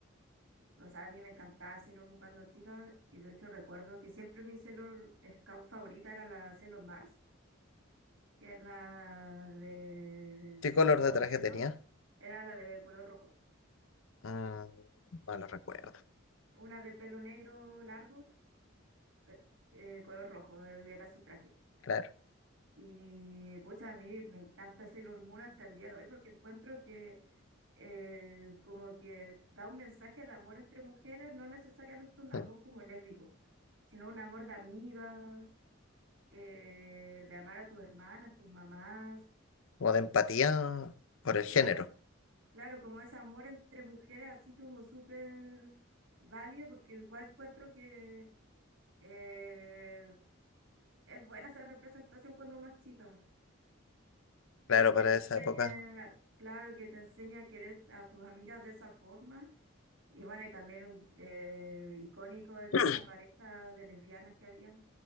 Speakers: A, on the right; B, on the left.
A: o sea, a mí me encantaba Sailor Moon cuando chica, y de hecho recuerdo que siempre mi Sailor Scout favorita era la Sailor Mars, que es la de
B: ¿Qué color
A: pelo
B: de traje
A: negro,
B: tenía?
A: era la de color rojo.
B: Mm, no lo recuerdo.
A: Una de pelo negro largo, pe- eh, color rojo, el- era su traje.
B: Claro.
A: Y pucha, a mí me encanta Sailor Moon hasta el día de hoy porque encuentro que eh, como que da un mensaje de amor entre mujeres, no necesariamente un amor
B: Mm.
A: como lésbico, sino un amor de amigas, eh, de amar a tus hermanas, tus mamás.
B: O de empatía por el
A: que-
B: género.
A: que- Claro, como ese amor entre mujeres así como súper válido porque igual encuentro que eh, es buena esa representación cuando uno es chica.
B: Claro,
A: Como que
B: para
A: te enseña,
B: esa época.
A: claro, que te enseña a querer a tus amigas de esa forma. Y bueno, y también eh, icónico de
B: <clears throat>
A: esa pareja de lesbianas que había,